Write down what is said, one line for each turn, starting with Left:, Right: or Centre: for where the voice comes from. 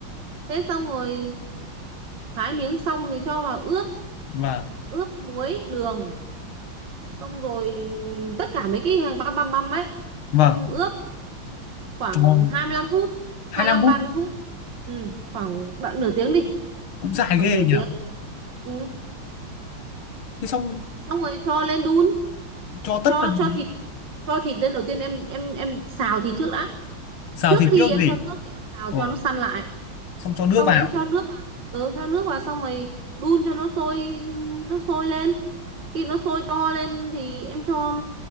Right: thế xong rồi thái miếng xong thì cho vào ướp
Left: Vâng,
Right: ướp muối đường xong rồi tất cả mấy cái hàng băm băm băm ấy
Left: vâng.
Right: em ướp khoảng
Left: Cho
Right: hai mươi lăm phút
Left: hai
Right: hai
Left: lăm
Right: lăm
Left: phút
Right: ba mươi phút ừ, khoảng bạn nửa tiếng đi
Left: cũng dài
Right: khoảng
Left: ghê
Right: nửa
Left: nhỉ.
Right: tiếng ừ.
Left: Thế xong
Right: xong rồi cho lên đun
Left: cho
Right: cho
Left: tất tần
Right: cho thịt cho thịt lên đầu tiên em em em xào thịt trước đã
Left: xào
Right: trước
Left: thịt
Right: khi
Left: trước
Right: em
Left: gì?
Right: cho nước thì em xào
Left: Ồ,
Right: cho nó săn lại
Left: xong cho
Right: xong
Left: nước vào,
Right: rồi em cho nước vào ừ, cho nước vào xong rồi đun cho nó sôi nó sôi lên khi nó sôi to lên thì em cho